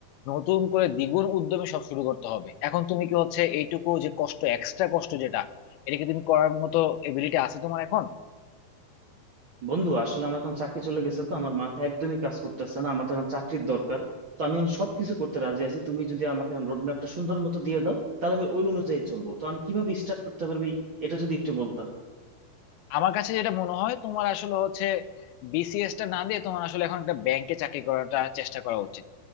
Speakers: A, on the left; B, on the right.
A: নতুন করে দ্বিগুণ উদ্যমে সব শুরু করতে হবে এখন তুমি কি হচ্ছে এইটুকু যে কষ্ট এক্সট্রা কষ্ট যেটা এটা কি তুমি করার মতো এবিলিটি আছে তোমার এখন
B: বন্ধু আসলে আমার এখন চাকরি চলে গেছে তো আমার মাথা একদমই কাজ করতেছে না আমার তো এখন চাকরির দরকার তো আমি এখন সবকিছু করতে রাজি আছি তুমি যদি আমাকে এখন রোড ম্যাপটা সুন্দর মতো দিয়ে দাও তাহলে আমি ওই অনুযায়ী চলবো তো আমি কিভাবে স্টার্ট করতে পারবি এটা যদি একটু বলতা
A: আমার কাছে যেটা মনে হয় তোমার আসলে হচ্ছে বিসিএস টা না দিয়ে তোমার আসলে এখন একটা ব্যাংকে চাকরি করাটা চেষ্টা করা উচিত